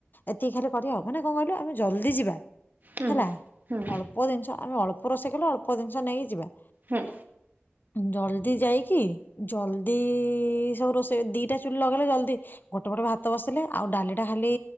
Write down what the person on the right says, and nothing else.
ହୁଁ।
ହୁଁ ହୁଁ
ହୁଁ।